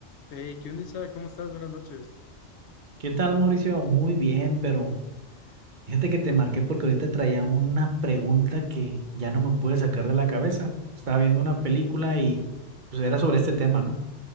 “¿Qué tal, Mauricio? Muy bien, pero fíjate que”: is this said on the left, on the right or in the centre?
Right